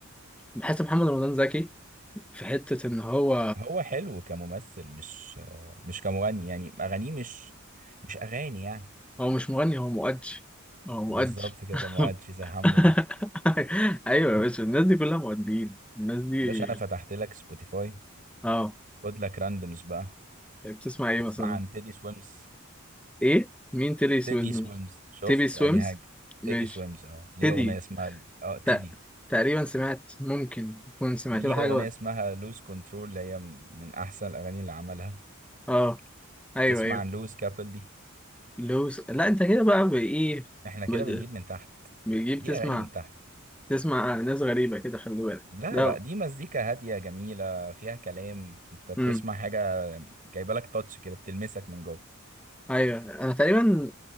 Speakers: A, in the centre; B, on the right (about 40°).
A: بحس محمد رمضان زكي في حتة إن هو
B: هو حلو كممثل مش آه مش كمغني يعني اغانيه مش مش اغاني يعني
A: هو مش مغني هو مؤدي هو مؤدي
B: بالظبط كده مؤدشي زي
A: <laughs>
B: حمو بيكا
A: أيوة يا باشا الناس دي كلها مؤديين الناس دي
B: باشا انا فتحت لك سبوتيفاي
A: اه
B: خد لك راندمز بقى
A: بتسمع إيه مثلا؟
B: تسمع عن تيدي سويمز
A: إيه؟ مين تيلي سويمز؟
B: تيدي سويمز شفت
A: تيبي سويمز؟
B: ادي حاجه
A: ماشي
B: تيدي سويمز اه ليه
A: تيدي
B: اغنيه اسمها اه تيدي
A: تق- تقريبا سمعت ممكن تكون سمعت
B: ليه
A: له
B: اغنيه
A: حاجة بقى
B: اسمها لوز كنترول اللي هي من احسن الاغاني اللي عملها
A: اه أيوة
B: تسمع
A: أيوة
B: عن لوز كابل دي
A: لوس لا أنت كده بقى بإيه
B: احنا كده
A: بت-
B: بنجيب من تحت
A: بيجيب
B: دي
A: تسمع
B: اغاني من تحت
A: تسمع ناس غريبة كده خلي بالك
B: لا
A: ده
B: لا دي مزيكا هاديه جميله فيها كلام انت بتسمع
A: امم
B: حاجه جايبه لك تاتش كده بتلمسك من جوه
A: ايوه انا تقريبا